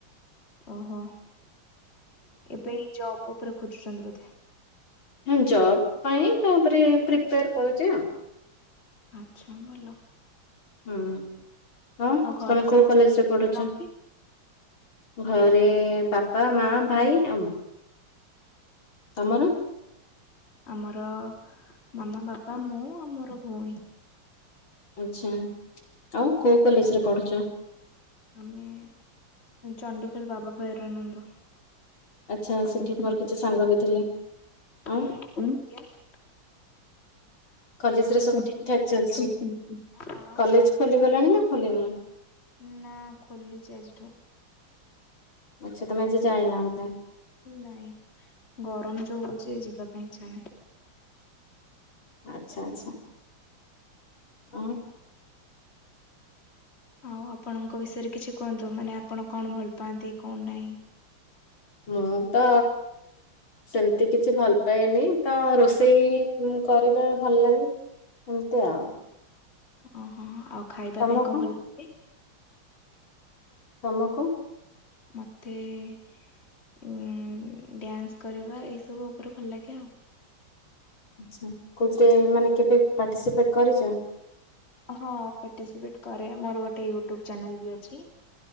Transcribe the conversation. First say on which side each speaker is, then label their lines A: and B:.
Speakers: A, on the left (about 30°); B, on the left (about 70°).
A: ଓହୋ ଏବେ ଜବ ଉପରେ ଖୋଜୁଛନ୍ତି ବୋଧେ।
B: ହଁ ଜବ ପାଇଁ ତା ଉପରେ ପ୍ରିପେୟାର କରୁଛି ଆଉ।
A: ଆଚ୍ଛା ଭଲ।
B: ହୁଁ ହଁ
A: ଆଉ ଘରେ
B: ତମେ
A: ସମସ୍ତେ
B: କୋଉ କଲେଜରେ
A: କିଏ
B: ପଢୁଛ।
A: କିଏ ରହନ୍ତି?
B: ଘରେ ବାପା ମା ଭାଇ ଆ ମୁଁ। ତମର।
A: ଆମର ମାମା ବାପା ମୁଁ ଆଉ ମୋର ଭଉଣୀ।
B: ଆଚ୍ଛା ଆଉ କୋଉ କଲେଜରେ ପଢୁଛ?
A: ଆମେ ଚଣ୍ଡଖୋଲ ବାବା ଭୈରାନନ୍ଦ। <inaudible>
B: ଆଚ୍ଛା ସେଠି ମୋର କିଛି ସାଙ୍ଗ ବି ଥିଲେ। ଆଉ କଲେଜରେ
A: <unintelligible>
B: ସବୁ ଠିକ୍ ଠାକ୍ ଚାଲିଛି? କଲେଜ ଖୋଲିଗଲାଣି ନା ଖୋଲିନି?
A: ନା ଖୋଲିଚି ଆଜିଠୁ।
B: ଆଚ୍ଛା ତମେ ଆଜି ଯାଇନ ବୋଧେ?
A: ନାଇଁ ଗରମ ଯୋଉ ହଉଛି ଯିବା ପାଇଁ ଇଚ୍ଛା ନାହିଁ।
B: ଆଚ୍ଛା ଆଚ୍ଛା ଆଉ।
A: ଆଉ ଆପଣଙ୍କ ବିଷୟରେ କିଛି କୁହନ୍ତୁ ମାନେ ଆପଣ କଣ ଭଲ ପାଆନ୍ତି କଣ ନାହିଁ।
B: ମୁଁ ତ ସେମିତି କିଛି ଭଲ ପାଏନି ତ ରୋଷେଇ କରିବା ଭଲ ଲାଗେ। ଏମିତି ଆଉ।
A: ଓହୋ ଆଉ ଖାଇବା
B: ତମକୁ
A: ପାଇଁ କଣ ଭଲ ଲାଗେ?
B: ତମକୁ?
A: ମତେ ଉ ଡ୍ୟାନ୍ସ କରିବା ଏଇସବୁ ଉପରେ ଭଲ ଲାଗେ ଆଉ।
B: ଆଛା କଉଥିରେ ମାନେ କେବେ ପାର୍ଟିସିପେଟ କରିଛ?
A: ହଁ ପାର୍ଟିସିପେଟ କରେ ମୋର ଗୋଟେ ୟୁଟ୍ୟୁବ ଚ୍ୟାନେଲ ବି ଅଛି।